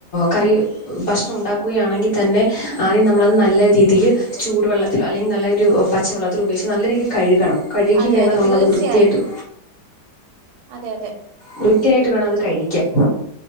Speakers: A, on the left; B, on the right.
A: കറി ഭക്ഷണം ഉണ്ടാക്കുകയാണെങ്കിൽ തന്നെ ആദ്യം നമ്മളത് നല്ല രീതിയിൽ ചൂടുവെള്ളത്തിലോ അല്ലെങ്കിൽ നല്ലൊരു പച്ചവെള്ളത്തിലോ ഉപയോഗിച്ച് നല്ല രീതിയി കഴുകണം. കഴുകി
B: അതെ
A: വേണം
B: അതെ
A: നമ്മളത്
B: തീർച്ചയായും
A: വൃത്തിയായിട്ട്
B: അതെ അതെ
A: വൃത്തിയായിട്ട് വേണം അത് കഴിക്കാൻ